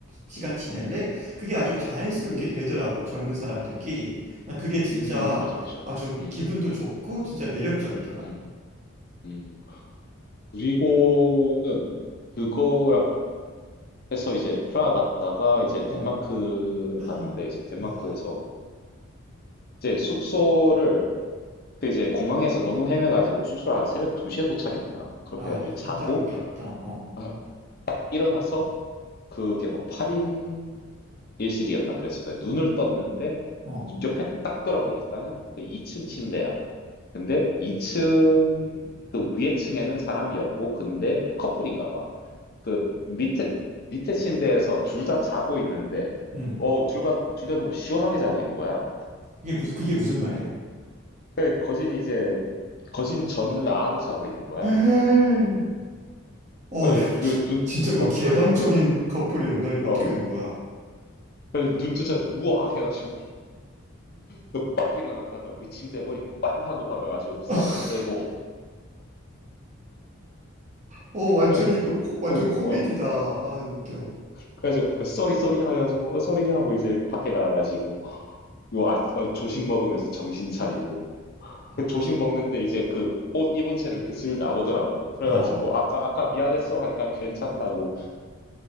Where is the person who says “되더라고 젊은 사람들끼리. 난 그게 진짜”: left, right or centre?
Right